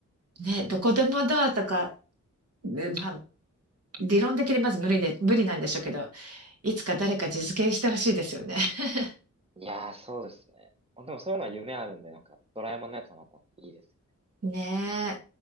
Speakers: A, on the right; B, on the right.
A: ね、どこでもドアとか、
B: 確か
A: ねまあ理論的にまず無理で、無理なんでしょうけど、いつか誰か実現してほしいですよね。<laughs>
B: に。いやー、そうですね。でもそういうのは夢あるんで、なんか、ドラえもんのやつはまたいいですよね
A: ね